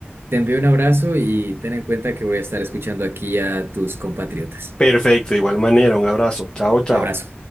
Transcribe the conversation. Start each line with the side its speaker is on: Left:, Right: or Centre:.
Right: te envío un abrazo y ten en cuenta que voy a estar escuchando aquí a tus compatriotas.
Left: Perfecto, de igual manera, un abrazo. Chao, chao.
Right: Abrazo.